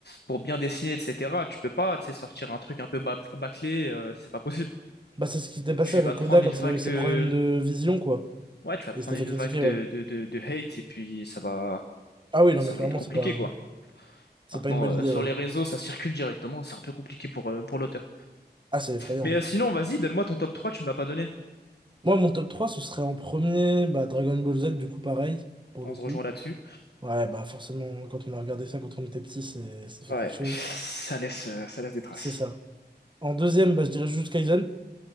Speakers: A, on the left; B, on the right.
A: pour bien dessiner, etc. Tu peux pas, tu sais, sortir un truc un peu bac- bâclé. euh, c'est pas possible.
B: bah, c'est ce qui s'était passé
A: Tu
B: avec
A: vas te
B: Oda
A: prendre
B: quand
A: une vague
B: il a eu ses
A: de
B: problèmes de vision, quoi.
A: Ouais, tu vas te
B: Et
A: prendre
B: il s'était fait
A: une
B: critiquer,
A: vague de,
B: ouais.
A: de, de, de hate et puis ça va,
B: Ah oui, non,
A: ça
B: mais clairement,
A: va être compliqué,
B: c'est pas.
A: quoi.
B: C'est
A: Maintenant,
B: pas une bonne
A: euh,
B: idée,
A: sur
B: ouais.
A: les réseaux, ça circule directement, c'est un peu compliqué pour, euh, pour l'auteur.
B: Ah, c'est effrayant.
A: Mais euh, sinon, vas-y, donne-moi ton top 3, tu me l'as pas donné.
B: Moi, mon top 3 ce serait en premier bah, Dragon Ball Z, du coup, pareil, pour
A: On
B: le coup.
A: se rejoint là-dessus.
B: Ouais, bah forcément, quand on a regardé ça quand on était petit, c'est- ça fait
A: Ouais,
B: quelque chose.
A: ça laisse, euh, ça laisse des traces.
B: C'est ça. En deuxième, bah, je dirais Jujutsu Kaisen.